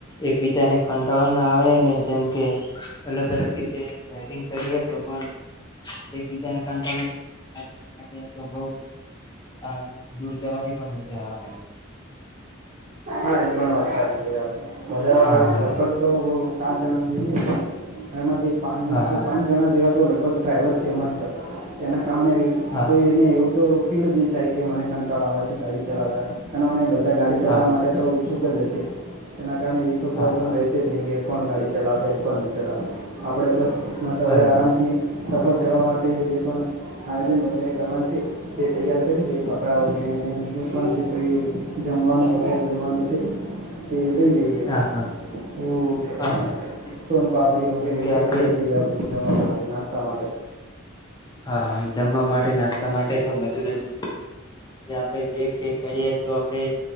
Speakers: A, on the left; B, on the right.
A: એકબીજાને કંટાળો ના આવે ને જેમ કે અલગ અલગ રીતે ડવિંગ કરી હત પણ એકબીજાને કંટાળ તો બ હ દૂર જવાની પણ મજા આવે
B: હ એ પણ વા સારી ક આપણે બધા
A: હા
B: લગભગ તો સાત જણા જઈએ એમાંથી પાંચ
A: હા હા
B: પાંચ જણા જેવા તો લગભગ ડ્રાઈવર છે મસ્ત તેના કારણે
A: હા
B: કોઈ એને એવું તો ફી જ નહી થાય કે મને કંટ્રોલ આવે છે ગાડી ચલાવતા અને અમે બધા ગાડી ચલાવવા
A: હા હા હા
B: માટે તો ઉત્સુક જ એના કારણે એ તો
A: હા
B: પ્રોબ્લેમ
A: હા
B: રહેશે જ નહી કે કોણ ગાડી ચલાવશે કોણ નહીં ચલાવશે આપણે બસમાં હવે
A: બરોબર
B: આરામથી સફર કરવા માટે જે પણ આયોજન વગેરે કરવાનું છે તે તૈયાર કરી દે કપડાં વગેરે અને બીજું પણ જે કોઈ વાનું વગેરે લેવાનું છે કે લઈ લઈએ
A: હા હા
B: એવું
A: હા
B: હ સોન પાપડી વગેરે
A: જેમ
B: એવું
A: કે આપણે
B: કઈક લઈ લઈએ આપડે જવા માટે નાસ્તા માટે
A: હા હા જમવા માટે નાસ્તા માટે પણ બધું લ જ જે આપણેે બેગેગ કરીએ તો આપણે